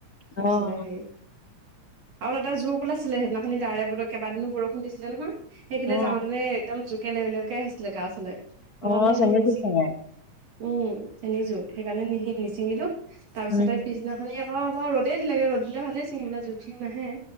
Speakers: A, on the right (about 60°); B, on the left (about 80°).
A: তাৰপিছতে
B: অ',
A: হেৰি আৰু তাতে জোক ওলাইছিলে সেইদিনাখনি দাৱৰিয়া বতৰ কেইবাদিনো বৰষুণ দিছিলে নহয় সেইখিনিলে
B: অ',
A: যাওঁতেনে একদম জোকে লেলেওকে আহিছিলে গাও ওচৰলৈ সেইকাৰণে
B: অ', চেনিছিল
A: সেই নিচিঙিলো
B: চাগে
A: উম তেতিনি যুক সেইকাৰণে নিহি নিচিঙিলো তাৰ পিছতে
B: উম,
A: পিছদিনাখনি অ বাও ৰ'দেই দিলেগে ৰ'দ দিলে ভালেই চিঙিবলে জোখ চোন নাহে